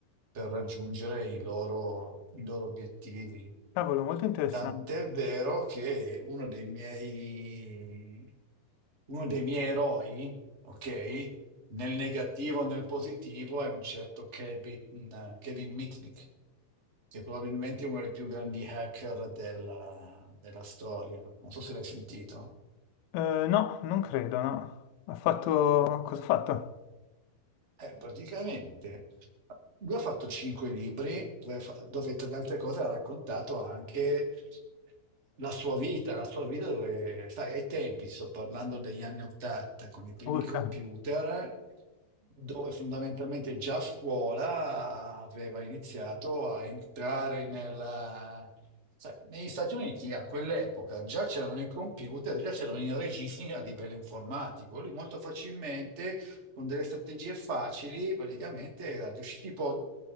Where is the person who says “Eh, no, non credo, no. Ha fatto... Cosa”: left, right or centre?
Left